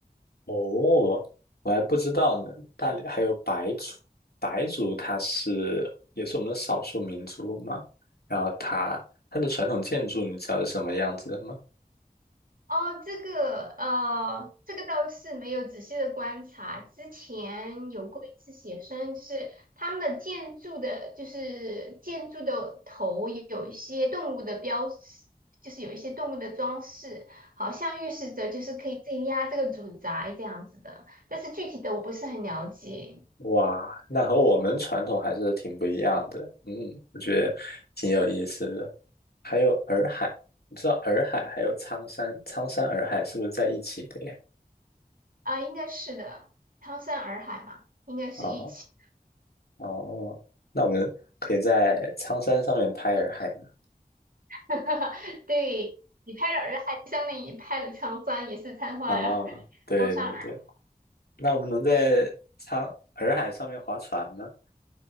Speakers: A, on the left; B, on the right.
A: 哦，我还不知道呢。大理还有白族，白族它是也是我们的少数民族嘛。然后它它的传统建筑，你知道是什么样子的吗？
B: 哦，这个呃，这个倒是没有仔细的观察。之前有过一次写生，就是他们的建筑的，就是建筑的头有一些动物的标识，就是有一些动物的装饰，好像预示着就是可以镇压这个主宅这样子的。但是具体的我不是很了解
A: 哇，那和我们传统还是挺不一样的。嗯，我觉得挺有意思的。还有洱海，你知道洱海还有苍山，苍山洱海是不是在一起的呀？
B: 啊，应该是的，苍山洱海嘛，应该是一起。
A: 啊哦，那我们可以在苍山上面拍洱海吗？
B: <laughs> 对，你拍了洱海，相当于你拍了苍山，也是苍山洱海。
A: 啊，对对对。
B: 苍山
A: 那我们能在苍洱海上面划船吗？